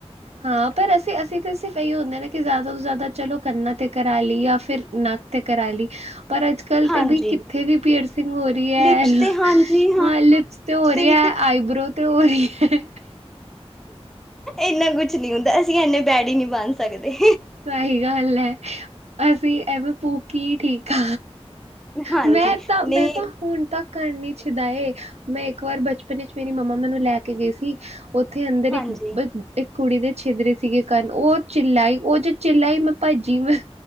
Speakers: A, on the right; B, in the centre.
A: ਹਾਂ ਪਰ ਅਸੀਂ-ਅਸੀਂ ਤਾਂ ਸਿਰਫ ਇਹੀਓ ਹੁੰਦਾਂ ਨਾ ਕਿ ਜ਼ਿਆਦਾ ਤੋਂ ਜ਼ਿਆਦਾ ਚਲੋ ਕੰਨਾਂ ' ਕਰਾ ਲਈ ਜਾਂ ਫਿਰ ਨਾ ਤੇ' ਕਰਾ ਲਈ ਪਰ ਅੱਜ ਕੱਲ
B: ਹਾਂਜੀ
A: ਤੇ ਬਈ ਕਿੱਥੇ ਵੀ ਪੀਅਰ ਸਿੰਘ ਹੋ ਰਹੀ ਐ।
B: ਲਿਪਸ ਤੇ ਹਾਂਜੀ
A: ਹਾਂ ਲਿਪਸ ਤੇ ਹੋ ਰਹੀ
B: ਵੀ
A: ਐ। ਆਈਬ੍ਰੋ ਤੇ ਹੋ ਰਹੀ ਐ।
B: ਏਨਾਂ ਕੁੱਛ ਨੀਂ ਹੁੰਦਾਂ, ਅਸੀਂ ਐਨੇ ਬੈਡੀਗ ਨੀਂ ਬਣ ਸਕਦੇ
A: ਸਹੀ ਗੱਲ ਐ, ਅਸੀਂ ਐਵੇਂ ਭੂ ਕੀ ਠੀਕ ਆ
B: ਹਾਂਜੀ
A: ਮੈਂ ਤਾਂ,
B: ਨਹੀਂ
A: ਮੈਂ ਤਾਂ ਹੁਣ ਤਾਂ ਕਰਨੀ ਛਦਾਏ, ਮੈਂ ਇੱਕ ਵਾਰ ਬਚਪਨ ਵਿੱਚ ਮੇਰੀ ਮੰਮਾ ਮੈਂਨੂੰ ਲੈ ਕੇ ਗਏ ਸੀ ਉੱਥੇ ਅੰਦਰ
B: ਹਾਂਜੀ
A: ਇੱਕ-ਇੱਕ ਕੁੜੀ ਦੇ ਛਿਦਰੇ ਸੀਗੇ ਕੰਨ ਉਹ ਚਿੱਲਾਈ ਉਹ ਜਦੋਂ ਚਿਲਾਈ, ਮੈਂ ਭਾਜੀ ਮੈਂ